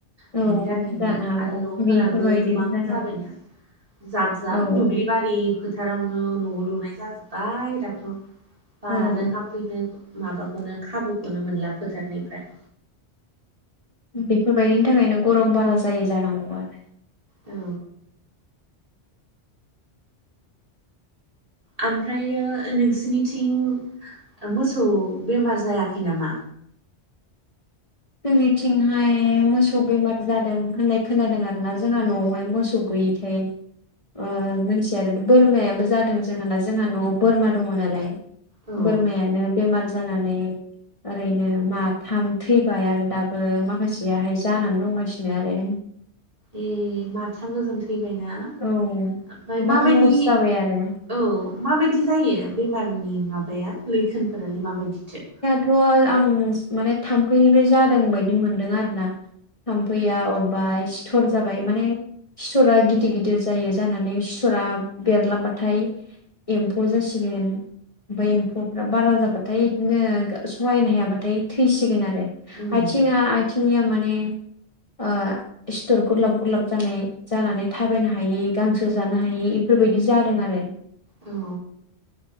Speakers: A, on the right; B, on the left.
A: बिनि
B: औ
A: थाखायनो
B: जानो हागौ
A: आरो न'फोराबो
B: बेफोरबायदिबो
A: गोबां
B: जानो
A: जाबायना।
B: हागौ
A: जाब जाब
B: औ
A: दुब्लिबारि फोथारावनो न'आव लुनाय जाजोब्बाय दाथ'। बारानो
B: औ
A: हाबफैनो माबाखौनो खाबुखौनो मोनला फोथारनिफ्राय।
B: बेफोरबायदिनि थाखायनो गरम बारा जायो जानांगौ आरो।
A: औ। आमफ्रायो नोंसिनिथिं ओ मोसौ बेमार जायाखै नामा?
B: जोंनिथिंहाय मोसौ बेमार जादों होननाय खोनादों आरो ना जोंहा न'आवहाय मोसौ गै <unintelligible> ओ मोनथिया आरो बोरमायाबो जादों जोंहाना। जोंहा न'आव बोरमा दङ नालाय।
A: औ
B: बोरमायानो बेमार जानानै ओरैनो माथाम थै फाय आरो दाबो माखासेयाहाय जानानै दंगासिनो आरो
A: ए माथाम गोजान थैबायना ओमफ्राय
B: औ गोबां
A: माबायदि
B: लस जाबाय आरो
A: औ माबायदि जायो बेमारनि माबाया लैखोनफोरालाय माबायदिथो
B: थ' आं माने थाम्फैनिफ्राय जादों बायदि मोनदों आरो ना थाम्फैया अरबाय सिथर जाबाय माने सिथरा गिदिर गिदिर जायो जानानै सिथरा बेरलाबबाथाय एम्फौ जासिगोन ओमफ्राय एम्फौ बारा जाबाथाय बिदिनो सहायनो हायाबाथाय थैसिगोन आरो
A: उम
B: आइथिङा थिंनिया माने ओ सिथर गुरलाब गुरलाब जानाय जानानै थाबायनो हायि गांसो जानो हायि बेफोरबायदि जादों आरो
A: औ